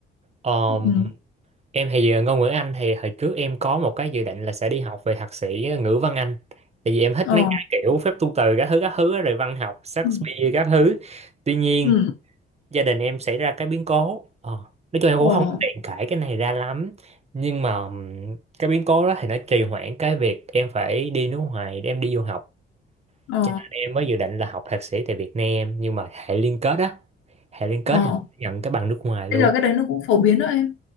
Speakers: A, on the right (about 35°); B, on the left (about 80°).
A: luôn
B: Ừ.
A: Em thì ờ, ngôn ngữ Anh thì hồi trước em có một cái dự định là sẽ đi học về thạc sĩ ờ, ngữ văn Anh. Tại vì em thích
B: Ờ.
A: mấy cái kiểu phép tu từ các thứ các thứ á, rồi văn học Shakespeare
B: Ừ.
A: các thứ. Tuy nhiên
B: Ừ.
A: gia đình em xảy ra cái biến cố. Ờ, nói chung em cũng
B: Ờ.
A: không có tiện cãi cái này ra lắm. Nhưng mà ừm, cái biến cố đó thì nó trì hoãn cái việc em phải đi nước ngoài để em đi du học.
B: Ờ.
A: Cho nên em mới dự định là học thạc sĩ tại Việt Nam nhưng mà hệ liên kết á, hệ liên kết
B: Ờ.
A: thì nhận cái bằng nước ngoài luôn.
B: Bây giờ cái đấy nó cũng phổ biến đó em.